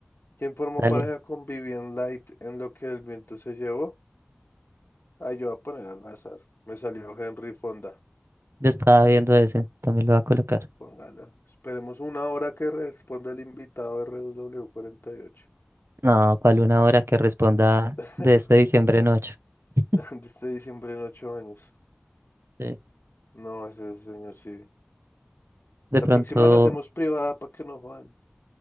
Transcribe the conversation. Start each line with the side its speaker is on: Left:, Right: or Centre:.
Left: ¿Quién formó
Right: Dale.
Left: pareja con Vivian Light en lo que el viento se llevó? Ah, yo voy a poner al azar. Me salió Henry Fonda.
Right: Yo estaba viendo ese. También lo voy a colocar.
Left: Póngala. Esperemos una hora que responda el invitado R dos W RW48.
Right: No, ¿cuál una hora que responda
Left: <laughs>
Right: de este diciembre en ocho?
Left: De este diciembre en ocho años.
Right: Sí.
Left: No, ese señor sí.
Right: De
Left: La
Right: pronto...
Left: próxima la hacemos privada para que no jodan.